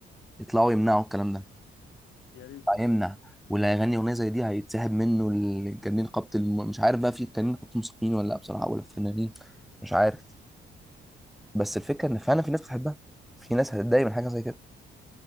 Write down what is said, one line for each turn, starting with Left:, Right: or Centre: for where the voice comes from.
Centre: يطلعوا يمنعوا الكلام ده
Left: يا ريت والله
Centre: هيمنع واللي هيغني اغنيه زي دي هيتسحب منه الجنين قبط الم... مش عارف بقى في الجنين قبط الموسيقيين ولا لا بصراحه ولا الفنانين مش عارف بس الفكره ان فعلا في ناس بتحبها في ناس هتتضايق من حاجه زي كده